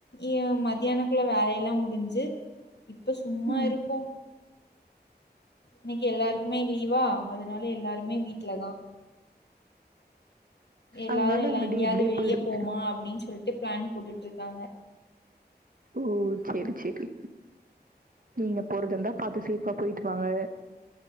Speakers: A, on the left (about 80°); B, on the right (about 55°).
A: ஏ மதியானக்குள்ள வேலை எல்லா முடிஞ்சு இப்ப சும்மா
B: ம்.
A: இருக்கோ இன்னைக்கு எல்லாருக்குமே லீவா அதனால எல்லாருமே வீட்லதா எல்லாரு
B: அதனால
A: எல்லா
B: உங்க
A: எங்கேயாவது
B: டே இப்படியே
A: வெளியே
B: போயிடும்.
A: போமா அப்டின்னு சொல்லிட்டு பிளான் போட்டுட்டு இருக்காங்க
B: ஓ சேரி சேரி நீங்க போறதாந்தா பாத்து ஃசேபா போயிட்டு வாங்க